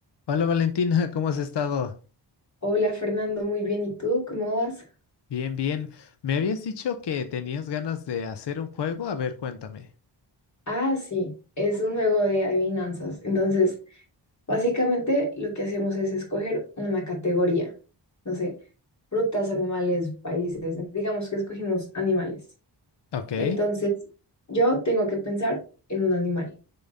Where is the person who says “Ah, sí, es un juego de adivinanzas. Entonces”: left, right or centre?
Left